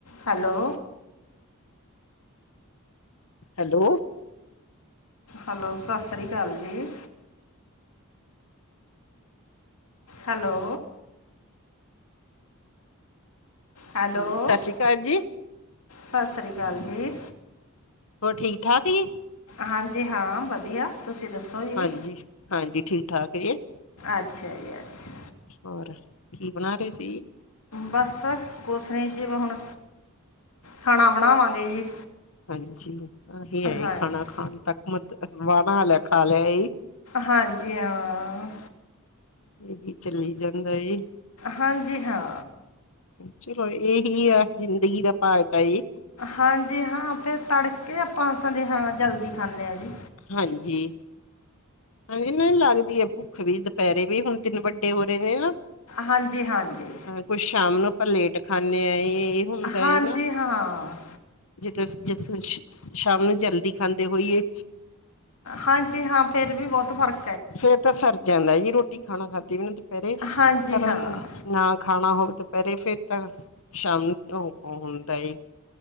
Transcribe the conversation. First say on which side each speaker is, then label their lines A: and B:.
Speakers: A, on the left (about 85°); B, on the left (about 70°).
A: Hello.
B: Hello
A: hello, ਸਸ ਸ੍ਰੀ ਕਾਲ ਜੀ। ਹੈਲੋ ਹੈਲੋ,
B: ਹਾਂਜੀ ਸਤਿ ਸ੍ਰੀ ਅਕਾਲ ਜੀ
A: ਸਸ ਸ੍ਰੀ ਕਾਲ ਜੀ।
B: ਹੋਰ, ਠੀਕ -ਠਾਕ ਜੀ?
A: ਹਾਂਜੀ, ਹਾਂ ਵਧੀਆ ਤੁਸੀਂ ਦੱਸੋ? ਜੀ
B: ਹਾਂਜੀ ਹਾਂਜੀ ਠੀਕ, ਠਾਕ ਏਜ
A: ਅੱਛਾ ਜੀ, ਅੱਛਾ।
B: ਹੋਰ, ਕੀ ਬਣਾ ਰੇ ਸੀ?
A: ਬਸ ਕੁਛ ਨੀਂ, ਜਿਵੇ ਹੁਣ ਖਾਣਾ ਬਣਾਵਾਂਗੇ ਜੀ
B: ਹਾਂਜੀ ਆਹੀ ਐ,
A: ਹਾਂਜੀ
B: ਖਾਣਾ ਖਾਣ ਤੱਕ। ਮ, ਵਾਹਨਾ ਲੈ, ਖਾ ਲੇਆ ਈ?
A: ਹਾਂਜੀ, ਹਾਂ
B: ਏਹੀ, ਚੱਲੀ ਜਾਂਦਾ ਏ।
A: ਹਾਂਜੀ, ਹਾਂ।
B: ਚਲੋ ਏਹੀ ਐ, ਜਿੰਦਗੀ ਦਾ ਪਾਰਟ ਆ ਏਹ।
A: ਹਾਂਜੀ ਹਾਂ, ਫੇਰ ਤੜਕੇ, ਆਪਾਂ ਸਨੇਹਾ ਜਲਦੀ ਖਾਂਨੇ ਆਂ ਜੀ
B: ਹਾਂਜੀ। ਹਾਂਜੀ ਮੈਨੂੰ ਲੱਗਦੀ ਏ, ਭੁੱਖ ਵੀ, ਦੁਪੈਰੇਂ ਵੀ, ਹੁਣ ਦਿਨ ਵੱਡੇ ਹੋ ਰਏ ਨੇ, ਨਾ।
A: ਹਾਂਜੀ-ਹਾਂਜੀ।
B: ਕੁਛ, ਸ਼ਾਮ ਨੂੰ ਆਪਾਂ ਲੇਟ ਖਾਂਨੇ ਆ। ਇਹ ਹੁੰਦਾ
A: ਹਾਂਜੀ
B: ਓਨਾ
A: ਹਾਂ
B: ਜਿੱਦ ਸ ਸ ਸ਼ਾਮ ਨੂੰ ਜਲਦੀ ਖਾਂਦੇ ਹੋਈਏ।
A: ਹਾਂਜੀ ਹਾਂ, ਫੇਰ ਵੀ ਬੌੱਤ ਫਰਕ
B: ਫੇਰ ਤਾਂ ਸਰ ਜਾਂਦਾ ਜੀ, ਰੋਟੀ ਖਾਣਾ ਖਾਧੀ ਵੀ ਨਾ ਦੁਪਹਿਰੇ
A: ਹਾਂਜੀ
B: ਪਰ
A: ਹਾਂ
B: ਨਾ, ਖਾਣਾ ਹੋਵੇ ਦੁਪਹੈਰੇ ਫਿਰ ਤਾਂ ਸ਼ਾਮ ਹੁੰਦਾ ਏ।